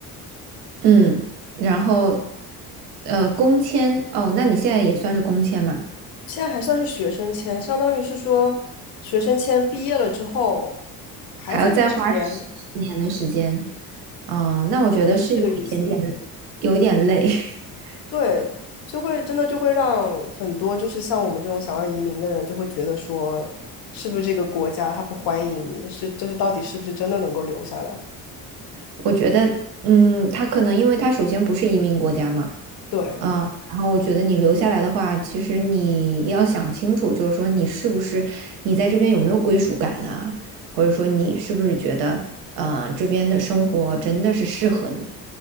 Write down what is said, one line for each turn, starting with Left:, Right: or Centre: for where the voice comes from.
Right: 嗯，然后，呃，工签，哦，那你现在也算是工签嘛？
Left: 现在还算是学生签，相当于是说学生签毕业了之后还要再待十年，
Right: 还要再花十十年的时间，嗯，那我觉得是有一点点，
Left: 可能是这个意思。
Right: 有一点累。<laughs>
Left: 对，就会真的就会让很多就是像我们这种想要移民的人，就会觉得说，是不是这个国家他不欢迎你，是就是到底是不是真的能够留下来？
Right: 我觉得，嗯，他可能因为他首先不是移民国家嘛，
Left: 对
Right: 啊，然后我觉得你留下来的话，其实你要想清楚，就是说你是不是你在这边有没有归属感啊，或者说你是不是觉得，呃，这边的生活真的是适合你